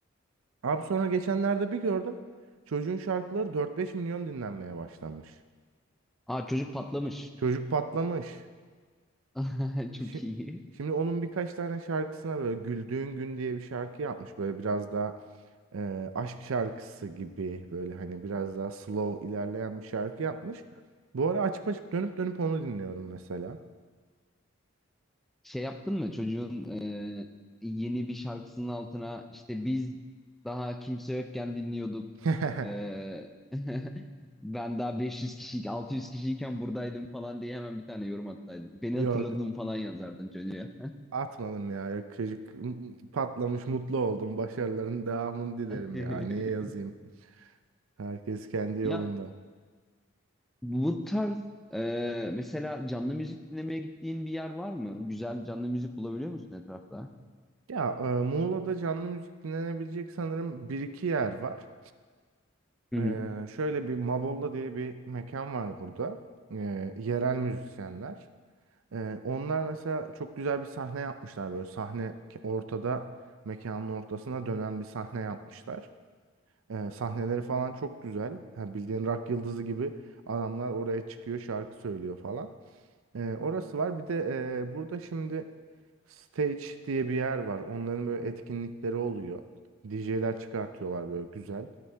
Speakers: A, on the right (about 80°); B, in the centre.
A: Abi sonra geçenlerde bir gördüm. Çocuğun şarkıları 4-5 milyon dinlenmeye başlamış.
B: Aa çocuk patlamış.
A: Çocuk patlamış.
B: <laughs> Çok
A: Şi-
B: iyi.
A: Şimdi onun birkaç tane şarkısına böyle Güldüğün Gün diye bir şarkı yapmış. Böyle biraz daha e, aşk şarkısı gibi böyle hani biraz daha slow ilerleyen bir şarkı yapmış. Bu ara açıp açıp dönüp dönüp onu dinliyorum mesela.
B: şey yaptın mı çocuğun e, yeni bir şarkısının altına işte biz daha kimse yokken dinliyorduk
A: <laughs>
B: e, <laughs> ben daha 500 kişi 600 kişiyken buradaydım falan diye hemen bir tane yorum attaydın beni
A: Yok
B: hatırladın falan yazardın çocuğa
A: atmadım ya yakışık patlamış mutlu oldum başarıların devamını dilerim
B: <laughs>
A: ya niye yazayım herkes kendi yolunda.
B: ya bu tarz e, mesela canlı müzik dinlemeye gittiğin bir yer var mı güzel canlı müzik bulabiliyor musun etrafta
A: Ya e, Muğla'da canlı müzik dinlenebilecek sanırım bir iki yer var.
B: Hı hı.
A: E, şöyle bir Mabolla diye bir mekan var burada. E, yerel müzisyenler. Ee, onlar mesela çok güzel bir sahne yapmışlar böyle sahne ke- ortada mekanın ortasına dönen bir sahne yapmışlar. Ee, sahneleri falan çok güzel. Ha, bildiğin rock yıldızı gibi adamlar oraya çıkıyor şarkı söylüyor falan. Ee, orası var. Bir de e, burada şimdi stage diye bir yer var. Onların böyle etkinlikleri oluyor. DJ'ler çıkartıyorlar böyle güzel